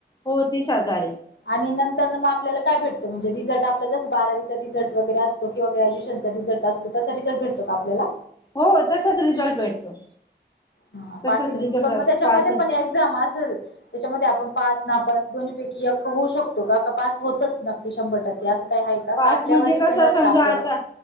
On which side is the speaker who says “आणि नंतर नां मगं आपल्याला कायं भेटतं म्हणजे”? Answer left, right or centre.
Left